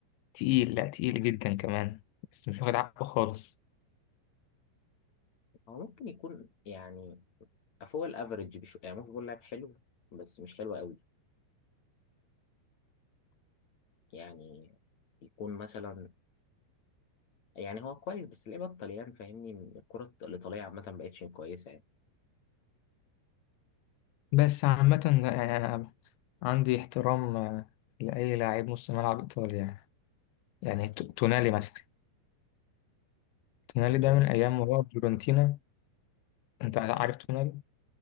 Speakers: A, on the left; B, on the left.
A: تقيل لا تقيل جدا كمان بس مش واخد حقه خالص
B: هو ممكن يكون يعني فوق الافريج بشو يعني ممكن يكون لاعب حلو بس مش حلو قوي يعني يكون مثلا يعني هو كويس بس ليه بطل يعني فاهمني الكرة الإيطالية عامة مبقتش كويسة يعني
A: بس عامه لا يعني انا عندي احترام آه، لاي لاعب نص ملعب ايطالي يعني يعني تو- تونالي مثلا تونالي
B: أتوني
A: ده من ايام ما هو فيورنتينا انت عارف تونالي